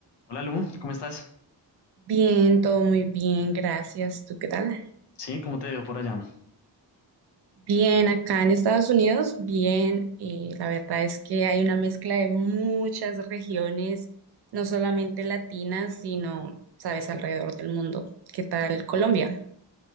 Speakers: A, on the left (about 70°); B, on the right (about 65°).
A: Hola Lu, ¿cómo estás?
B: Bien, todo muy bien, gracias. ¿Tú qué tal?
A: Sí, ¿cómo te veo por allá?
B: Bien, acá en Estados Unidos, bien. eh, la verdad es que hay una mezcla de muchas regiones, no solamente latinas, sino, sabes, alrededor del mundo. ¿Qué tal Colombia?